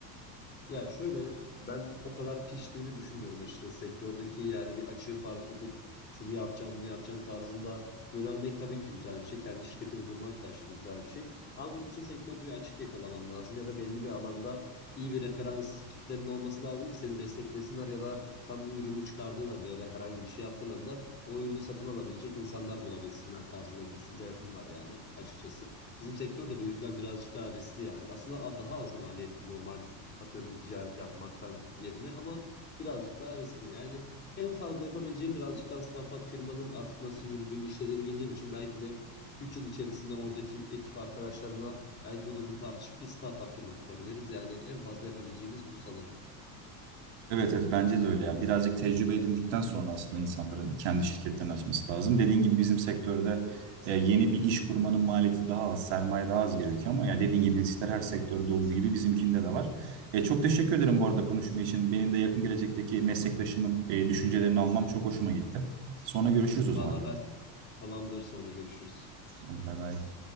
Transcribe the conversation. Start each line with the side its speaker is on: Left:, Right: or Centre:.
Left: Ya şöyle ben o kadar piştiğimi düşünmüyorum açıkçası sektördeki yani bir açığı fark edip şunu yapacağım bunu yapacağım tarzında yönelmek tabii ki güzel bir şey. Kendi şirketini kurmak da aşırı güzel bir şey. Ama bunun için sektörde bir açık yakalaman lazım ya da belli bir alanda iyi bir referans kitlenin olması lazım ki seni desteklesinler ya da sen bu ürünü çıkardığın anda ya da herhangi bir şey yaptığın anda o ürünü satın alabilecek insanlar bulabilsinler tarzında bir düşünce yapım var yani açıkçası. Bizim sektör de bu yüzden birazcık daha riskli yani. Aslında daha az maliyetli normal Atıyorum bir ticaret yapmaktan yerine ama birazcık daha riskli. Yani en fazla yapabileceğim birazcık daha startup firmanın artık nasıl yürüdüğünü, işlediğini bildiğim için belki de iki üç yıl içerisinde oradaki ekip arkadaşlarımla belki bu durumu tartışıp bir startup firma kurabiliriz. Yani en fazla yapabileceğimiz bu sanırım.
Right: Evet, evet bence de öyle ya. Birazcık tecrübe edindikten sonra aslında insanların kendi şirketlerini açması lazım. Dediğin gibi bizim sektörde e, yeni bir iş kurmanın maliyeti daha az, sermaye daha az gerekiyor ama ya dediğin gibi riskler her sektörde olduğu gibi bizimkinde de var. E, çok teşekkür ederim bu arada konuşma için. Benim de yakın gelecekteki meslektaşımın e, düşüncelerini almam çok hoşuma gitti. Sonra görüşürüz o
Left: Valla
Right: zaman.
Left: ben tamamdır sonra görüşürüz.
Right: Hadi bay bay.